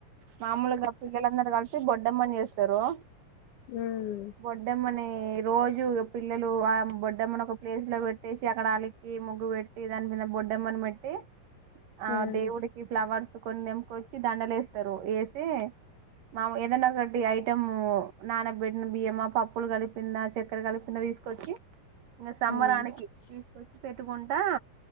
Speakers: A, on the right; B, on the left.
A: మాముూలుగా పిల్లందరు కలిసి బొట్ అడమ్మణ వేస్తారు
B: ఉమ్
A: వడ్డమ్మనే రోజు పిల్లలు ఆ బొడ్డమ్మను ఒక ప్లేస్ లో పెట్టేసి. అక్కడ అలికి ముగ్గు పెట్టి దాని మీద బొడ్డమ్మని పెట్టి. ఆ
B: ఉమ్
A: దేవుడికి ఫ్లవర్స్ కొన్ని తెంపుకొచ్చి దండలు వేస్తారు. వేసే మా ఏదైనా ఒకటి ఐటం నానబెట్టిన బియ్యమా, పప్పులు కలిపిందా, చక్కెర కలిపిందా, తీసుకొచ్చి. ఇంక సంబరానికి
B: ఉమ్
A: తీసుకొచ్చి పె చుట్టుకుంటా